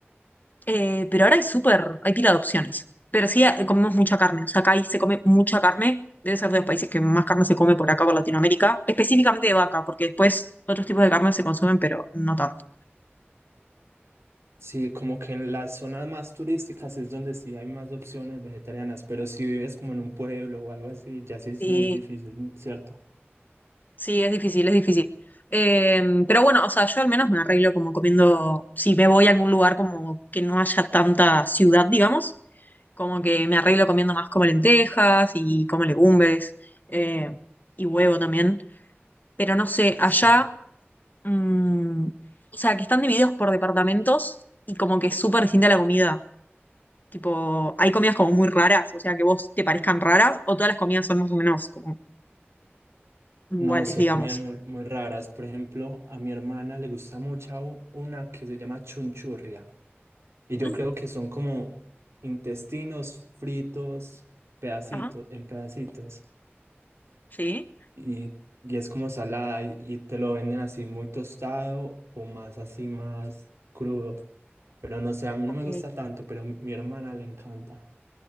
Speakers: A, on the left; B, on the right.
A: Eh, pero ahora hay súper, hay pila de opciones. Pero sí eh, comemos mucha carne. O sea, acá ahí se come mucha carne. Debe ser de los países que más carne se come por acá, por Latinoamérica. Específicamente de vaca, porque después otros tipos de carne se consumen, pero no tanto.
B: sí, como que en las zonas más turísticas es donde sí hay más opciones vegetarianas, pero si vives como en un pueblo o algo así, ya sí es
A: Sí.
B: muy difícil, ¿cierto?
A: Sí, es difícil, es difícil. Em, pero bueno, o sea, yo al menos me arreglo como comiendo, si me voy a algún lugar como que no haya tanta ciudad, digamos, como que me arreglo comiendo más como lentejas y como legumbres eh, y huevo también. Pero no sé, allá,
B: Sí.
A: mm, o sea, que están divididos por departamentos y como que es súper distinta la comida. Tipo, hay comidas como muy raras, o sea, que vos te parezcan raras o todas las comidas son más o menos como iguales,
B: No, sé,
A: digamos.
B: hay comidas muy, muy raras. Por ejemplo, a mi hermana le gusta mucho u- una que se llama chunchurria. Y yo
A: Mm,
B: creo que son como intestinos fritos, pedacitos,
A: Ajá,
B: en pedacitos.
A: sí.
B: Y, y es como salada y, y te lo venden así muy tostado o más así, más crudo. Pero no sé, a mí
A: Ok.
B: no me gusta tanto, pero a mi hermana le encanta.